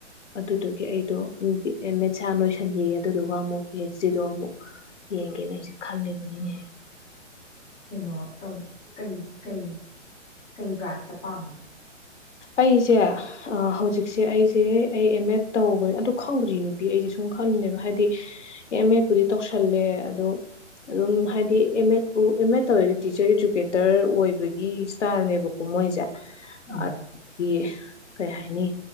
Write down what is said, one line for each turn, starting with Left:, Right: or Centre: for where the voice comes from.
Left: ꯑꯗꯨꯗꯨꯒꯤ ꯑꯩꯗꯣ ꯑꯦꯝ ꯑꯦꯠꯁ ꯅꯣꯏꯁꯤꯟꯒ ꯑꯗꯨꯗꯨꯒ ꯑꯃꯨꯛ ꯄꯤ ꯑꯦꯁꯇꯔꯤꯗꯣ ꯑꯃꯨꯛ ꯌꯦꯡꯒꯦꯅ ꯑꯩꯁꯦ ꯈꯜꯂꯤꯕꯅꯤꯅꯦꯍ꯫
Centre: ꯀꯩꯅꯣ ꯇꯧ ꯀꯩ ꯀꯩ ꯀꯩ ꯕ꯭ꯔꯥꯟꯁꯇ ꯄꯥꯝꯃꯤꯅꯣ
Left: ꯑꯩꯁꯦ ꯍꯧꯖꯤꯛꯁꯦ ꯑꯩꯁꯦ ꯑꯩ ꯑꯦꯝ ꯑꯦꯗ ꯇꯧꯕ ꯑꯗꯨ ꯈꯪꯗ꯭ꯔꯤ ꯅꯨꯄꯤ ꯑꯩꯁꯦ ꯁꯨꯝ ꯈꯜꯂꯨꯅꯦꯕ ꯍꯥꯏꯗꯤ ꯑꯦꯝ ꯑꯦꯗꯄꯨꯗꯤ ꯇꯧꯁꯜꯂꯦ ꯑꯗꯣ ꯑꯗꯨꯝ ꯍꯥꯏꯗꯤ ꯑꯦꯝ ꯑꯦꯗ ꯑꯦꯝ ꯑꯦꯗ ꯇꯧꯔꯤꯗꯤ ꯇꯤꯆꯔ ꯏꯗꯨꯀꯦꯇꯔ ꯑꯣꯏꯕꯒꯤ ꯏꯁꯇꯥꯏꯜꯅꯦꯕꯀꯣ ꯃꯣꯏꯁꯦ <unintelligible>
Centre: ꯎꯝ
Left: ꯀꯩ ꯍꯥꯏꯅꯤ